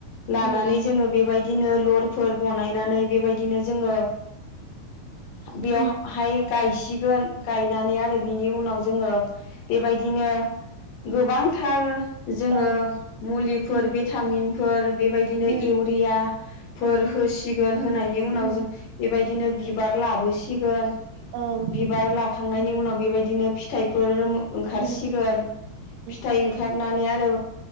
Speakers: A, on the left; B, on the right.
A: लानानै
B: उम
A: जोङो बेबाय बिदिनो लरफोर बनायनानै बेबायदिनो जोङो बियाव
B: उम
A: हाय गायसिगोन। गायनानै आरो बिनि उनाव जोङो बेबायदिनो गोबांथार जोङो
B: औ
A: मुलिफोर
B: उम
A: भिटामिन फोर बेबायदिनो
B: उम
A: इउरियाफोर
B: औ
A: होसिगोन होनायनि
B: उम
A: उनाव जों बेबायदिनो बिबार लाबोसिगोन। बिबार
B: औ उम
A: लाखांनायनि
B: उम
A: उनाव बेबायदिनो फिथाइफोर ओंखारसिगोन
B: उम
A: फिथाइ
B: औ
A: ओंखार नानै आरो